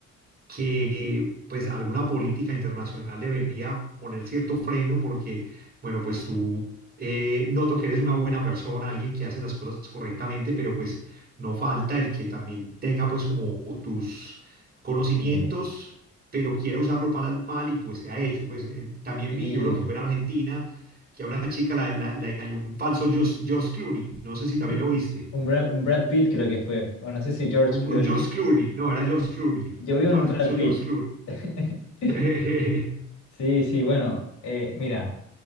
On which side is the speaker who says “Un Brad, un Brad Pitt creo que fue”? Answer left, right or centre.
Left